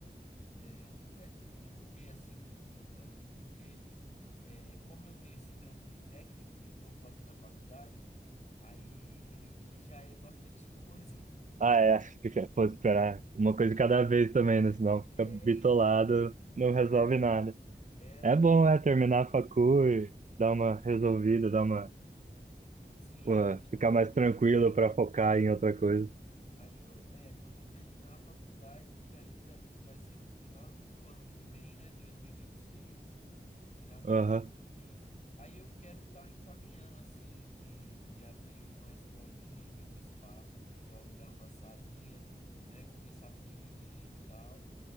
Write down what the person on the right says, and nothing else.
Ah, é, fica- pô, esperar uma coisa de cada vez também, né? Senão fica
bitolado,
não resolve nada.
É
bom, é, terminar a facu e dar uma resolvida, dar uma,
pô,
ficar
mais
tranquilo para focar em outra coisa.
Aham,